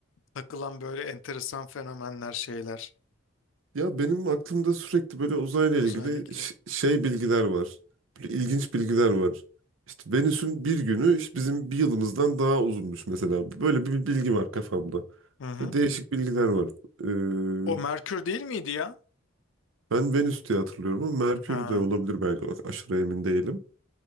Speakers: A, on the left; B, on the right.
A: takılan böyle enteresan fenomenler şeyler
B: Ya benim aklımda sürekli böyle uzayla
A: uzayla
B: ilgili
A: ilgili?
B: ş- şey bilgiler var. Böyle ilginç bilgiler var. İşte Venüs'ün bir günü işte bizim bir yılımızdan daha uzunmuş mesela. Böyle bir bilgi var kafamda.
A: Hı hı.
B: Böyle değişik bilgiler var. Ee,
A: O Merkür değil miydi ya?
B: ben Venüs diye hatırlıyorum ama Merkür
A: Ha.
B: de olabilir belki. Aşırı emin değilim.